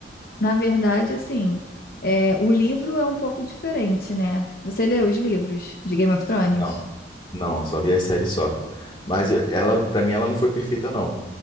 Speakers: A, on the left (about 50°); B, on the left (about 25°).
A: Na verdade, assim, é, o livro é um pouco diferente, né? Você leu os livros de Game of Thrones?
B: Não, não, só vi as séries só. Mas eu- ela, pra mim, ela não foi perfeita, não.